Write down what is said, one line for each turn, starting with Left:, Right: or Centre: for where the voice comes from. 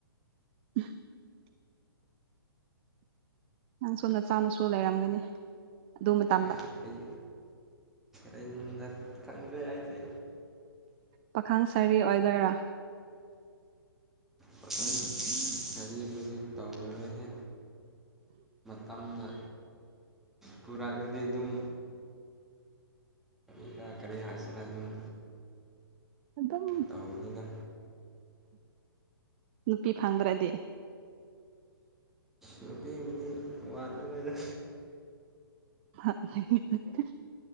Right: <unintelligible> ꯅꯪꯁꯨ ꯅꯆꯥ ꯅꯁꯨ ꯂꯩꯔꯝꯒꯅꯤ꯫ ꯑꯗꯨ ꯃꯇꯝꯗ
Centre: ꯑꯦ ꯑꯩ ꯑꯩꯅ ꯈꯪꯗꯦ ꯑꯩꯗꯤ꯫
Right: ꯄꯥꯈꯪ ꯁꯔꯤ ꯑꯣꯏꯗꯣꯏꯔꯥ꯫
Centre: ꯄꯈꯪ ꯑꯔꯤꯕꯗꯤ ꯇꯧꯅꯔꯦꯍꯦ ꯇꯝꯅ ꯄꯨꯔꯛꯑꯗꯤ ꯑꯗꯨꯝ ꯏꯔꯥ ꯀꯔꯤ ꯍꯥꯏꯁꯤꯔ ꯑꯗꯨꯝ꯫
Right: ꯑꯗꯨꯝ
Centre: ꯇꯧꯕꯅꯤꯅ
Right: ꯅꯨꯄꯤ ꯐꯪꯗ꯭ꯔꯗꯤ
Centre: ꯅꯨꯄꯤꯕꯨꯗꯤ ꯋꯥꯠꯂ ꯕꯣꯏꯗ꯫
Right: <unintelligible>